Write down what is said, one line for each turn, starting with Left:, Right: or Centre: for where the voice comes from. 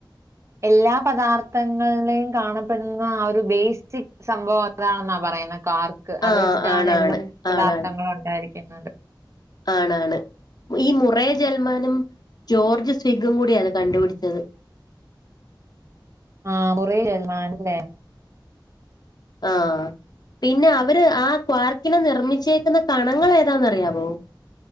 Right: എല്ലാ പദാർത്ഥങ്ങളിലേയും കാണപ്പെടുന്ന ആ ഒരു ബെസ്റ്റിക് സംഭവം അതാണെന്നാ പറയുന്നേ കാർക്ക് അത്
Left: ആഹ്
Right: വെച്ചിട്ടാണ്
Left: ആണാണ്
Right: എല്ലാം പദാർത്ഥങ്ങളും
Left: ആണാണ്
Right: ഉണ്ടായിരിക്കുന്നത്.
Left: ആണാണ് ഈ മുറേ ജൽമാനും ജോർജ് സ്വിഗും കൂടിയ അത് കണ്ടുപിടിച്ചത്
Right: ആഹ് മുറേ ജൽമാൻ അല്ലെ
Left: ആഹ് പിന്നെ അവര് ആ ക്വാർക്കിനെ നിർമ്മിച്ചേക്കുന്ന കണങ്ങൾ ഏതാന്ന് അറിയാവോ